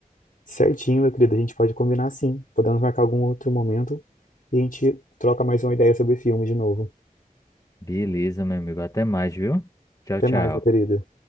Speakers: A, on the left; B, on the left.
A: Certinho, meu querido, a gente pode combinar sim. Podemos marcar algum outro momento e a gente troca mais uma ideia sobre filme de novo.
B: Beleza, meu amigo. Até mais, viu? Tchau,
A: Até
B: tchau.
A: mais, meu querido.